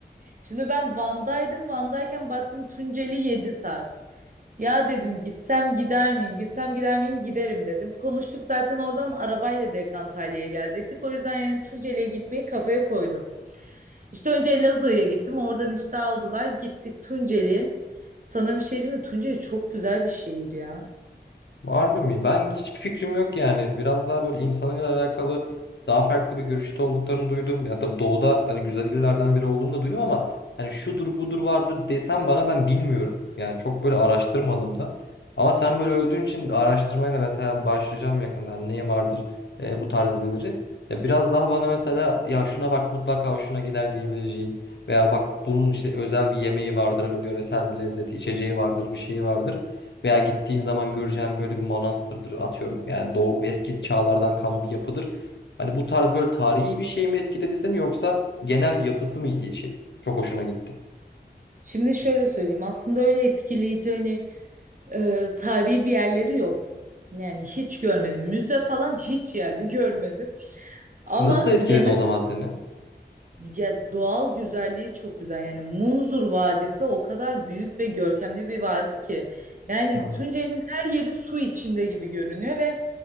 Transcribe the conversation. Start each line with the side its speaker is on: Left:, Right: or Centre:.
Right: Şimdi ben Van'daydım. Van'dayken baktım Tunceli 7 saat. Ya dedim gitsem gider miyim? Gitsem gider miyim? Giderim dedim. Konuştuk zaten oradan arabayla direkt Antalya'ya gelecektik. O yüzden yani Tunceli'ye gitmeyi kafaya koydum. İşte önce Elazığ'a gittim. Oradan işte aldılar. Gittik Tunceli'ye. Sana bir şey diyeyim mi? Tunceli çok güzel bir şehir ya.
Left: Harbi mi? Ben hiçbir fikrim yok yani. Biraz daha böyle insanıyla alakalı daha farklı bir görüşte olduklarını duydum. Ya tabii doğuda hani güzel illerden biri olduğunu da duydum ama hani şudur budur vardır desem bana ben bilmiyorum. Yani çok böyle araştırmadım da. Ama sen böyle övdüğün için araştırmaya da mesela başlayacağım yakında. Hani neye vardır e, bu tarz illeri. Ya biraz daha bana mesela ya şuna bak mutlaka hoşuna gider diyebileceğin veya bak bunun işte özel bir yemeği vardır, yöresel bir lezzeti, içeceği vardır, bir şeyi vardır. Veya gittiğin zaman göreceğin böyle bir manastırdır atıyorum. Yani Doğu eski çağlardan kalma bir yapıdır. Hani bu tarz böyle tarihi bir şey mi etkiledi seni yoksa genel yapısı mı iyi şey? Çok hoşuna gitti.
Right: Şimdi şöyle söyleyeyim. Aslında öyle etkileyici hani Ee, tarihi bir yerleri yok. Yani hiç görmedim. Müze falan hiç yani <laughs> görmedim. Ama
Left: Nasıl etkiledi
Right: yemek
Left: o zaman seni?
Right: ya doğal güzelliği çok güzel. Yani Munzur Vadisi o kadar büyük ve görkemli bir vadi ki. Yani
Left: Ha,
Right: Tunceli'nin her yeri su içinde gibi görünüyor ve